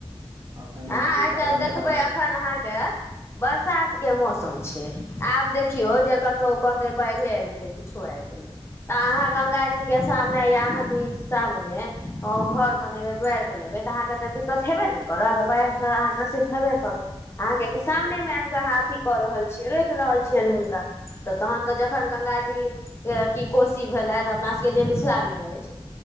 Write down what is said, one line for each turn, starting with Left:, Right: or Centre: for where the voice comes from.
Right: एखन ई
Left: आँ
Right: जे
Left: आइ
Right: बारम्बार
Left: काल्हि देखबै एखन अहाँके बरसात मौसम छै आब देखियौ जे कतौ कहते बाढ़े आबि गेलै किछो आबि गेलै अहाँ गंगा जी के सामने या अह के इ घर बनेबे दुआाररि बनेबे तऽ अहाँके त दिककत हेबे हेडेन न करब बाढ़े से अहाँके ग्रसित हेबे करत अहाँ क
Right: एकर
Left: सामने मे आबि क आहाअथि क रहल छियै रोकि रहल छियैन हुनका तऽ तहन तऽ जब अखन गंग जी या की कोशी भेलैथ अपना सबके जे मिथिला मे अछि